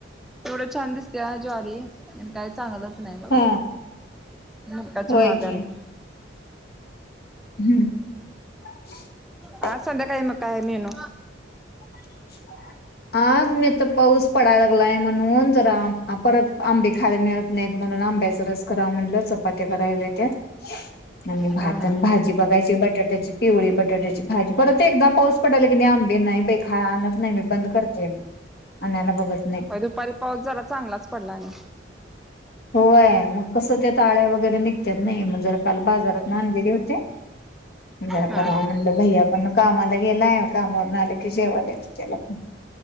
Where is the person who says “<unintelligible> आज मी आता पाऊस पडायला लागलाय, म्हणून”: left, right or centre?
Left